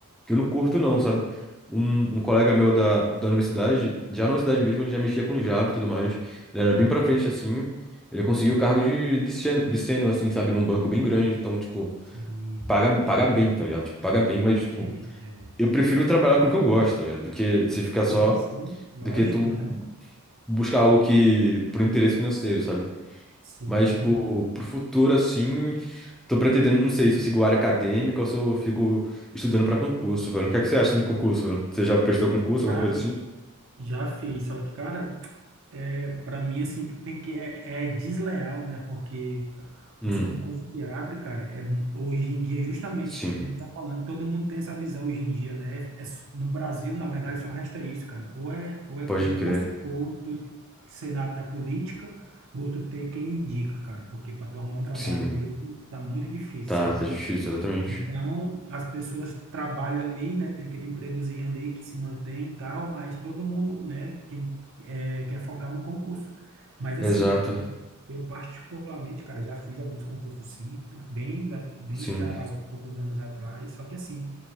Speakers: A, in the centre; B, on the right.
A: que eu não curto não, sabe? Um, um colega meu da, da universidade, já na universidade mesmo, ele já mexia com Java e tudo mais, ele era bem pra frente assim, ele conseguiu o cargo de, de, sen- de sênior, assim, sabe? Num banco bem grande, então, tipo,
B: sim.
A: paga, paga bem, tá ligado? Tipo, paga bem,
B: Paga
A: mas, tipo,
B: bem, é.
A: eu prefiro trabalhar com o que eu gosto, tá ligado? Do que se ficar só
B: Sim, sim, lógico,
A: do que tu
B: né?
A: buscar algo que por interesse financeiro, sabe?
B: Sim.
A: Mas, tipo, pro futuro, assim, tô pretendendo, não sei se eu sigo área acadêmica ou se eu fico estudando pra concurso, velho. O que é que você acha de concurso, velho? Você já prestou concurso,
B: Cara,
A: alguma coisa assim?
B: já fiz, só que, cara, é, para mim, assim, tu tem que, é, é desleal, né? Porque
A: Hum,
B: os concursos que abrem, cara, é, mu- hoje em dia, justamente,
A: sim,
B: é que nem tu tá falando, todo mundo tem essa visão hoje em dia, né? É s- no Brasil, na verdade, só resta isso, cara. Ou é, ou é
A: pode
B: concurso,
A: crer.
B: ou tu cenário da política, ou tu ter quem indica, cara. Porque para tu arrumar um trabalho
A: Sim,
B: mesmo, tá muito difícil,
A: tá,
B: sabe?
A: tá difícil, exatamente.
B: Então, as pessoas trabalham ali, né? Tem aquele empregozinho ali que se mantém e tal, mas todo mundo, né? Quem é, quer focar no concurso. Mas
A: Exato,
B: assim, eu particularmente, cara, já fiz alguns concursos sim, bem, da- bem
A: sim,
B: já há alguns anos atrás. Só que assim,